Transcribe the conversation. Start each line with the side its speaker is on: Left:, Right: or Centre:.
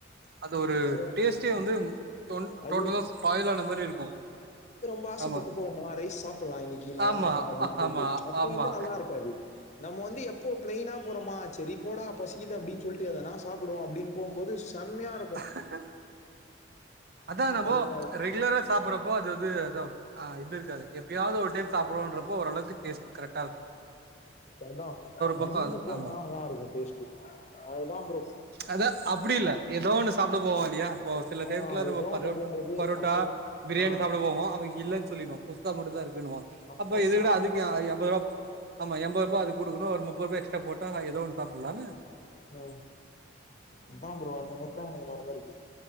Right: அது ஒரு
Left: அதுதா
Right: டேஸ்ட்டே வந்து டொன்
Left: அது
Right: டோட்டலா ஷ்பாயிலான மாரி இருக்கு
Left: ப ஆசப்பட்டு
Right: ஆமா
Left: போவோமா ரைஸ் சாப்பல்லா இன்னிக்கு நல்லா
Right: ஆமா
Left: இருக்கு அப்டின்னு சொல்ட்டு
Right: ஆமா
Left: அப்ப
Right: ஆமா
Left: வந்து நல்லா இருக்காது நம்ம வந்து எப்போ பிளைனா போறோமா சேரி போட பசிக்து அப்டின்னு சொல்ட்டு எதனா சாப்டுவோ அப்டின் போம்போது செம்மையா இருக்கு
Right: ஹ்ஹ அதா
Left: ஆனா
Right: நம்போ
Left: கடுப்பா இருக்கு
Right: ரெகுலரா சாப்பறப்போ அது வந்து தோ அ இது இருக்காது எப்பயாவது ஒரு டைம் சாப்பரோன்றப்போ அப்போ ஓரளவுக்கு டேஸ்ட் கரெக்ட்
Left: அதா திடீர்னு
Right: பக்கோ அது
Left: போனா
Right: ஆமா
Left: நல்லாருக்கு டேஸ்ட்டு அதுதா ப்ரோ
Right: அதா அப்டி இல்ல ஏதோ ஒன்னு சாப்ட போவோ இல்லயா இப்போ சில
Left: ஆ
Right: டைம் ட்ல நம்ம
Left: ஏதோ
Right: பரோட்டா
Left: ஒண்ணு போம்போது
Right: பரோட்டா
Left: அப்போ
Right: பிரியாணி
Left: ஆ
Right: சாப்ட போவோ அவுங்க இல்லன்னு சொல்லிருவா குஸ்கா மட்டுந்தா இருக்குனுவா
Left: அப்போ
Right: அப்ப எதுக்குடா
Left: செம்ம
Right: அதுக்கு எண்பதுருபா ஆமா என்பதுரூபா அதுக்கு குடுக்கணு ஒரு முப்பரூபா எக்ஸ்ட்ரா போட்டா எதோ ஒண்ணு சாப்ட்றலால
Left: ம் அதான் ப்ரோ அந்த மாரிதா எனக்கு நடந்தா இரு